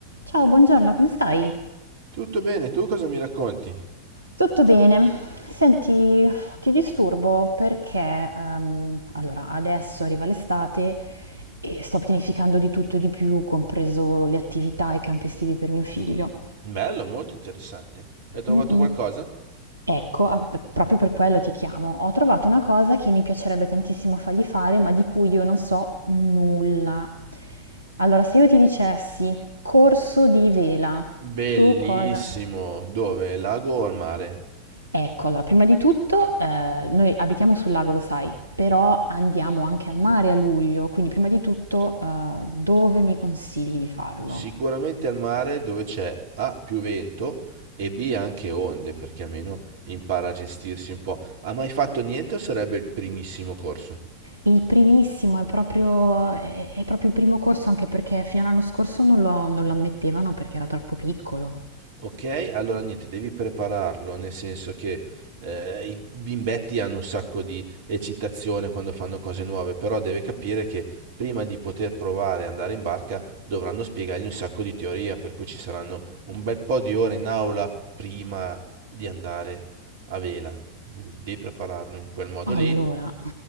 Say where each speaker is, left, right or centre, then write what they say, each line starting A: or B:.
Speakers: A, on the right; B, on the right.
A: Ciao, buongiorno, come stai?
B: Tutto bene, tu cosa mi racconti?
A: Tutto bene. Senti, ti disturbo perché ehm, allora, adesso arriva l'estate e sto pianificando di tutto e di più, compreso le attività e i campi estivi per mio figlio.
B: Bello, molto interessante. Hai trovato
A: Mm, mm.
B: qualcosa?
A: Ecco, a- proprio per quello ti chiamo. Ho trovato una cosa che mi piacerebbe tantissimo fargli fare, ma di cui io non so nulla. Allora, se io ti dicessi corso di vela,
B: Bellissimo.
A: tu cosa?
B: Dove? Lago o al mare?
A: Ecco, allora, prima di tutto, ehm, noi abitiamo sul lago, lo sai, però andiamo anche al mare a luglio, quindi prima di tutto, ehm, dove mi consigli di farlo?
B: Sicuramente al mare dove c'è A più vento e B anche onde, perché almeno impara a gestirsi un po'. Ha mai fatto niente o sarebbe il primissimo corso?
A: Il primissimo è proprio è è proprio il primo corso, anche perché fino all'anno scorso non lo non lo ammettevano perché era troppo piccolo.
B: Ok, allora niente, devi prepararlo, nel senso che eh, i bimbetti hanno un sacco di eccitazione quando fanno cose nuove, però deve capire che prima di poter provare a andare in barca dovranno spiegargli un sacco di teoria, per cui ci saranno un bel po' di ore in aula prima di andare a vela. Quindi devi prepararlo in quel modo
A: Allora,
B: lì